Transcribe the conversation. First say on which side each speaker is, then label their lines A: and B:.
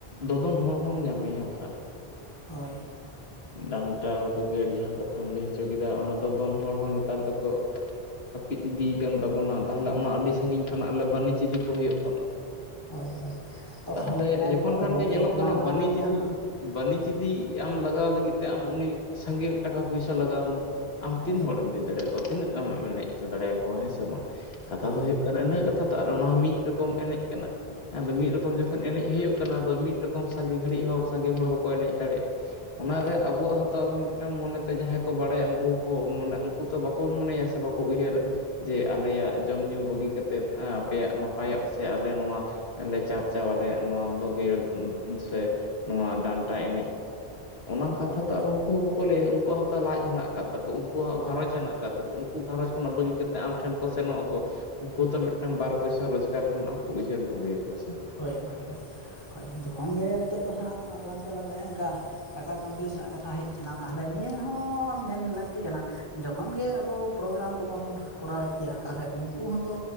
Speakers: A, on the left (about 70°); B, on the left (about 25°).
A: ᱫᱚᱫᱚᱱ ᱦᱚᱲ ᱦᱚᱢ ᱧᱟᱢᱮᱭᱟ ᱚᱠᱟ ᱨᱮ
B: ᱦᱳᱭ
A: ᱰᱟᱱᱴᱟ ᱫᱩᱸᱜᱮᱲ ᱡᱟᱦᱟᱸ ᱠᱟᱛᱷᱟᱢ ᱞᱟᱹᱭ ᱦᱚᱪᱚ ᱠᱮᱫᱟ ᱚᱱᱟ ᱫᱚ ᱫᱚᱱ ᱦᱚᱲ ᱦᱚᱸ ᱱᱮᱛᱟᱨ ᱫᱚ ᱠᱚ ᱦᱟᱹᱯᱤᱫ ᱤᱫᱤᱭᱟᱠᱟᱱ ᱛᱟᱵᱚᱱᱟ ᱛᱟᱦᱚᱞᱮ ᱚᱱᱟ ᱟᱹᱰᱤ ᱥᱟᱺᱜᱤᱧ ᱠᱷᱚᱱᱟᱜ ᱛᱟᱦᱟᱞᱮ ᱵᱟᱹᱱᱤᱡᱽ ᱤᱫᱤ ᱠᱚ ᱦᱩᱭᱩᱜ ᱛᱟᱢᱟ
B: ᱦᱳᱭ ᱦᱳᱭ ᱛᱚ
A: ᱛᱟᱦᱞᱮ
B: ᱚᱱᱠᱟ
A: ᱡᱚᱠᱷᱚᱱ
B: ᱜᱮᱛᱚ
A: ᱠᱷᱟᱱ
B: ᱜᱚᱝᱠᱮ
A: ᱜᱮ ᱧᱮᱞᱚᱜ
B: ᱚᱱᱟ
A: ᱠᱟᱱᱟ
B: ᱢᱟ
A: ᱵᱟᱹᱱᱤᱪ
B: ᱡᱟᱦᱟᱸ
A: ᱤᱫᱤ ᱵᱟᱹᱱᱤᱪ ᱤᱫᱤ ᱟᱢ ᱞᱟᱜᱟᱣ ᱞᱟᱹᱜᱤᱫ ᱛᱮ ᱟᱢ ᱩᱱᱤ ᱥᱟᱸᱜᱮ ᱴᱟᱠᱟ ᱯᱚᱭᱥᱟ ᱞᱟᱜᱟᱣ ᱟᱢᱟ
B: ᱦᱳᱭ
A: ᱛᱤᱱ ᱦᱚᱲᱮᱢ ᱤᱫᱤ ᱫᱟᱲᱮᱭᱟᱣᱟ ᱛᱤᱱᱟᱹᱜ ᱟᱢᱮᱢ ᱮᱱᱮᱡ ᱦᱚᱪᱚ ᱫᱟᱲᱮᱭᱟᱠᱚᱣᱟ ᱦᱮᱸ ᱥᱮ ᱵᱟᱝ ᱠᱟᱛᱷᱟ
B: ᱦᱳᱭ
A: ᱫᱚ ᱦᱩᱭᱩᱜ ᱤᱱᱟᱹ ᱠᱟᱛᱷᱟ ᱛᱚ ᱟᱨ ᱚᱱᱟ ᱦᱚᱸ ᱢᱤᱫ ᱨᱚᱠᱚᱢ ᱮᱱᱮᱡ ᱠᱟᱱᱟ ᱟᱫᱚ ᱢᱤᱫ ᱨᱚᱠᱚᱢ ᱡᱚᱠᱷᱚᱱ ᱮᱱᱮᱡ ᱦᱩᱭᱩᱜ ᱠᱟᱱᱟ᱾ᱟᱫᱚ ᱢᱤᱫ ᱨᱚᱠᱚᱢ ᱥᱟᱸᱜᱮ ᱜᱷᱟᱹᱲᱤᱡ ᱦᱚᱸ ᱥᱟᱸᱜᱮ ᱦᱚᱲ ᱵᱟᱠᱚ ᱮᱱᱮᱡ ᱫᱟᱲᱮᱜᱼᱟ᱾ ᱚᱱᱟ
B: ᱵᱟᱝ
A: ᱨᱮ
B: ᱵᱟᱝ
A: ᱟᱵᱚᱣᱟᱜ ᱦᱚᱸᱛᱚ ᱟᱵᱚ ᱢᱤᱫ ᱢᱤᱫᱴᱟᱝ ᱢᱚᱱᱮᱛᱮ ᱡᱟᱦᱟᱸᱭ ᱠᱚ ᱵᱟᱲᱟᱭᱟ ᱩᱱᱠᱩ ᱦᱚᱸᱠᱚ ᱢᱚᱱᱮ ᱩᱱᱠᱩ ᱛᱚ ᱵᱟᱠᱚ ᱢᱚᱱᱮᱭᱟ ᱥᱮ ᱵᱟᱠᱚ ᱩᱭᱦᱟᱹᱨᱟ ᱡᱮ ᱟᱞᱮᱭᱟᱜ ᱡᱚᱢ ᱧᱩᱩ ᱵᱟᱹᱜᱤ ᱠᱟ ᱠᱟᱛᱮᱫ, ᱟᱯᱮᱭᱟᱜ ᱱᱟᱯᱟᱭᱚᱜ ᱥᱮ ᱟᱞᱮ ᱱᱚᱣᱟ ᱞᱮ ᱪᱟᱨᱪᱟᱣ ᱟᱞᱮ ᱱᱚᱣᱟ ᱫᱚᱜᱮᱲ ᱥᱮ ᱱᱚᱣᱟ ᱰᱟᱱᱴᱟ ᱮᱱᱮᱡ ᱚᱱᱟ ᱠᱟᱛᱷᱟ
B: ᱦᱳᱭ
A: ᱛᱚ ᱟᱨ ᱩᱱᱠᱩ ᱦᱚᱸ ᱵᱟᱠᱚ ᱞᱟᱹᱭᱟ ᱩᱱᱠᱩᱣᱟᱜ ᱦᱚᱸᱛᱚ ᱞᱟᱡ ᱦᱮᱱᱟᱜ ᱟᱠᱟᱫ ᱛᱠᱚᱣᱟ ᱩᱱᱠᱩᱣᱟᱜ
B: ᱦᱳᱭ
A: ᱜᱷᱟᱸᱨᱚᱡᱽ ᱦᱮᱱᱟᱜ ᱠᱟᱫ ᱛᱟᱠᱚᱣᱟ ᱩᱱᱠᱩ ᱜᱷᱟᱨᱚᱸᱡᱽ ᱠᱷᱚᱱᱟᱜ ᱵᱟᱹᱜᱤ ᱠᱟᱛᱮ ᱟᱢ ᱴᱷᱮᱱ ᱠᱚ ᱥᱮᱱᱚᱜ ᱟᱠᱚ ᱩᱱᱠᱩ ᱛᱚ ᱢᱤᱫᱴᱟᱝ ᱵᱟᱨ ᱯᱚᱭᱥᱟ ᱨᱳᱡᱽᱜᱟᱨ ᱨᱮᱱᱟᱜ ᱠᱚ ᱩᱭᱦᱟᱹᱨ ᱵᱷᱟᱵᱤᱭᱟᱠᱚ ᱥᱮ,
B: ᱦᱳᱭ ᱦᱳᱭ ᱦᱳᱭ ᱡᱚᱠᱷᱚᱱ ᱜᱮ ᱱᱤᱛᱚᱜ ᱫᱚ ᱦᱟᱸᱜ ᱟᱞᱟᱝ ᱛᱟᱞᱟ ᱨᱮ ᱚᱱᱠᱟ ᱴᱟᱠᱟ ᱠᱟᱹᱣᱰᱤ ᱨᱮᱱᱟᱜ ᱠᱟᱛᱷᱟ ᱦᱮᱡ ᱠᱟᱱᱟ, ᱛᱟᱦᱚᱞᱮ ᱱᱤᱭᱟᱹ ᱦᱚᱸ ᱢᱮᱱ ᱞᱟᱹᱠᱛᱤ ᱠᱟᱱᱟ ᱡᱚᱠᱷᱚᱱ ᱜᱮ ᱟᱵᱚ ᱯᱨᱳᱜᱨᱟᱢ ᱠᱚᱵᱚᱱ ᱠᱚᱨᱟᱣ ᱮᱫ ᱜᱮᱭᱟ ᱛᱟᱦᱚᱞᱮ ᱩᱱᱠᱩ ᱦᱚᱸ ᱛᱚ